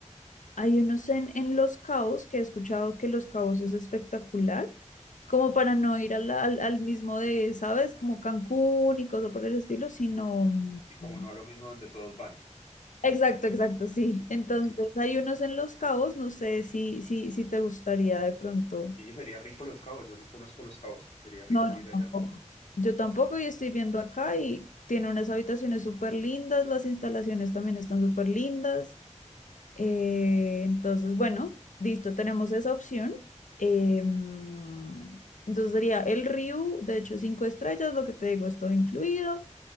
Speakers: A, on the left (about 85°); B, on the left (about 60°).
A: hay unos en, en Los Cabos que he escuchado que Los Cabos es espectacular, como para no ir al, al, al mismo de, ¿sabes? Como Cancún y cosas por el estilo, sino...
B: Sí, como
A: mm,
B: no a lo mismo donde todos van.
A: Exacto, exacto, sí.
B: Sí, sí.
A: Entonces hay unos en Los Cabos, no sé si, si, si te gustaría de pronto.
B: Sí, sería rico Los Cabos. Yo no conozco Los Cabos. Sería rico
A: No, yo
B: ir allá.
A: tampoco. Yo tampoco y estoy viendo acá y tiene unas habitaciones súper lindas, las instalaciones también están súper lindas. Eh, entonces, bueno, listo, tenemos esa opción. Em, entonces sería el Ryu, de hecho, cinco estrellas, lo que te digo es todo incluido.